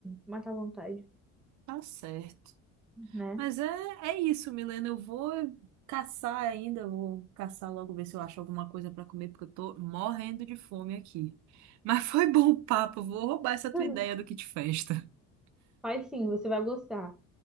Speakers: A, in the centre; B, on the right.
A: matar a vontade.
B: Tá certo.
A: né?
B: Mas é, é isso, Milena. Eu vou caçar ainda, eu vou caçar logo, ver se eu acho alguma coisa para comer, porque eu tô morrendo de fome aqui. <laughs> Mas foi bom o papo, eu vou roubar essa
A: <laughs>
B: tua ideia do kit festa. <laughs>
A: Faz sim, você vai gostar.